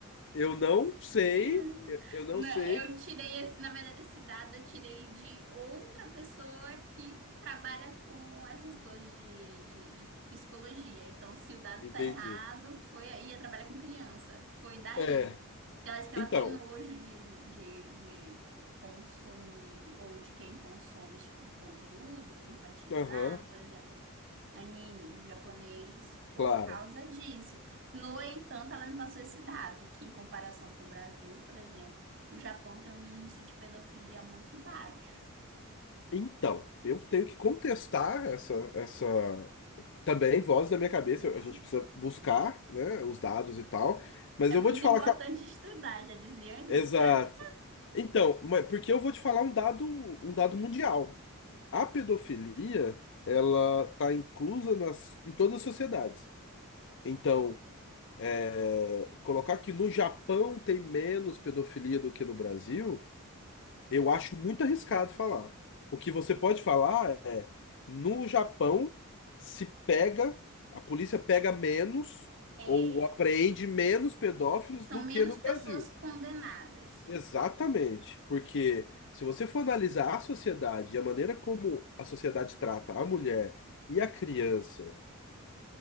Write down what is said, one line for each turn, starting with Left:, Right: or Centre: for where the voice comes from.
Left: eu não sei,
Right: <laughs>
Left: eu eu não
Right: Na-
Left: sei.
Right: eu tirei esse, na verdade, esse dado eu tirei de outra pessoa que trabalha com essas coisas de, de, de psicologia. Então, se o dado
Left: Entendi.
Right: tá errado, foi aí, ela trabalha com criança. Foi daí.
Left: É,
Right: Porque ela diz que ela
Left: então.
Right: tem nojo de, de, de de consumir ou de quem consome esse tipo de conteúdo infantilizado,
Left: Aham,
Right: por exemplo, anime japonês, por
Left: claro.
Right: causa disso. No entanto, ela me passou esse dado, que em comparação com o Brasil, por exemplo, o Japão tem um índice de pedofilia muito baixo.
Left: Então, eu tenho que contestar essa, essa também voz da minha cabeça.
Right: Uhum.
Left: A gente precisa buscar, né, os dados e tal. Mas
Right: É
Left: eu
Right: muito
Left: vou te falar
Right: importante
Left: que. a-
Right: estudar, já dizia a Anitta.
Left: Exato. Então, mas- porque eu vou te falar um dado, um dado mundial. A pedofilia, ela tá inclusa nas, em todas as sociedades. Então, é, colocar que no Japão tem menos pedofilia do que no Brasil. Eu acho muito arriscado falar. O que você pode falar é, no Japão se pega, a polícia pega menos
Right: É,
Left: ou apreende menos pedófilos
Right: são
Left: do
Right: menos
Left: que no
Right: pessoas
Left: Brasil.
Right: condenadas,
Left: Exatamente, porque se você for analisar a sociedade e a maneira como a sociedade trata a mulher e a criança